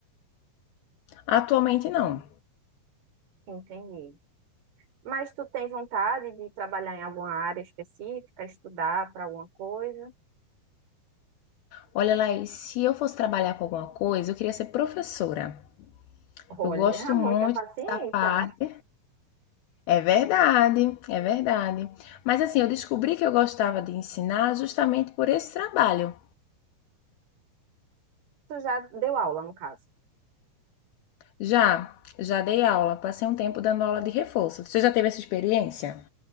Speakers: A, on the left (about 75°); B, on the right (about 80°).
A: Atualmente não.
B: Entendi. Mas tu tem vontade de trabalhar em alguma área específica, estudar para alguma coisa?
A: Olha, Laís, se eu fosse trabalhar com alguma coisa, eu queria ser professora.
B: Olha,
A: Eu gosto muito
B: <laughs> muita paciência,
A: dessa parte.
B: né?
A: É verdade, é verdade. Mas assim, eu descobri que eu gostava de ensinar justamente por esse trabalho.
B: Tu já deu aula, no caso.
A: Já, já dei aula, passei um tempo dando aula de reforço. Você já teve essa experiência?